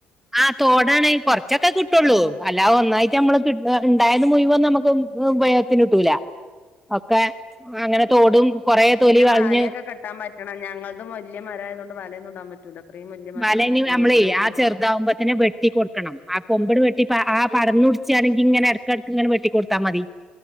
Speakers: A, in the centre; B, on the left.
A: ആ തോടാണെ കൊറച്ചൊക്കെ കിട്ടൊള്ളൂ
B: ഉം
A: അല്ലാ ഒന്നായിട്ട് മ്മള് കി ണ്ടായത് മുയ്യൻ നമുക്ക് ഉപയൊഗത്തിന് കട്ടൂല ഒക്കെ അങ്ങനെ തോടും കൊറേ തൊലി
B: പിന്നെ
A: കളഞ്ഞ്
B: വാലയൊക്കെ കെട്ടാൻ പറ്റണം ഞങ്ങൾതും വല്യ മരം ആയതുകൊണ്ട് വലന്നും ഇടാൻ പറ്റൂല അത്രയും വല്യ മരാണ്
A: വല
B: അയിക്കുണു
A: ഇനി നമ്മളെ
B: വലുതായിക്കുണു
A: ആ ചെറുതാവുമ്പത്തിന് വെട്ടി കൊടുക്കണം ആ കൊമ്പിട് വെ ഇപ്പ ആ പടന്ന് പിടിച്ചാണെങ്കി ഇങ്ങനെ എടക്ക്ടക്ക് ഇങ്ങനെ വെട്ടികൊടുത്താ മതി